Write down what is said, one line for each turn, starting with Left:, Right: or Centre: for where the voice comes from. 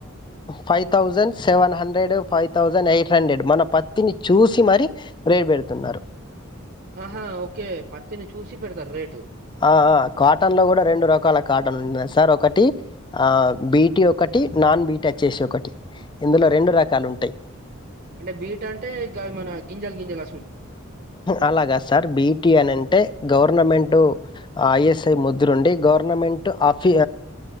Left: five thousand seven hundred five thousand eight hundred మన పత్తిని చూసి మరి రేట్ పెడుతున్నారు
Right: ఆహా ఓకే పత్తిని చూసి పెడతారు రేటు
Left: ఆ కాటన్ లో కూడా రెండు రకాల కార్డన్ ఉంటందా సార్ ఒకటి ఆ బీటి ఒకటి నాన్ బీటీ వచ్చేసి ఒకటి ఇందులో రెండు రకాలు ఉంటాయి
Right: అంటే బీట్ అంటే ఇ మన గింజల్ గింజల్
Left: అలాగా సార్ బీటి అని అంటే గవర్నమెంట్ ఐఎస్ఐ ముద్ర ఉండి గవర్నమెంట్ ఆఫీ